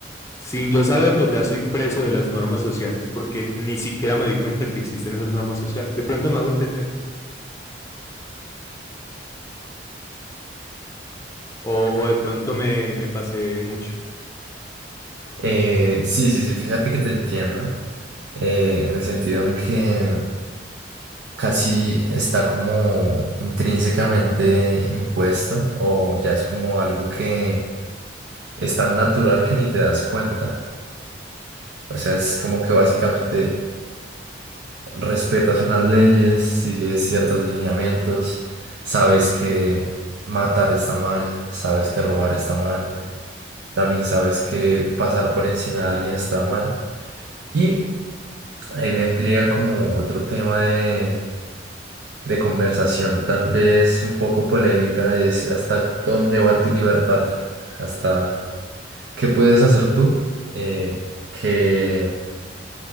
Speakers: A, on the left; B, on the right.
A: sin yo saberlo, ya soy preso de las normas sociales, porque ni siquiera me di cuenta que existen esas normas sociales. De pronto me hago entender, o, o de pronto me, me pasé mucho.
B: Eh, sí, sí, sí, fíjate que te entiendo, eh, en el sentido en que casi está como intrínsecamente impuesto o ya es como algo que es tan natural que ni te das cuenta. O sea, es como que básicamente respetas unas leyes, sigues ciertos lineamientos, sabes que matar está mal, sabes que robar está mal, también sabes que pasar por encima de alguien está mal. Y ahí vendría como otro tema de, de conversación, tal vez un poco polémica, es hasta dónde va tu libertad, hasta qué puedes hacer tú, eh, que,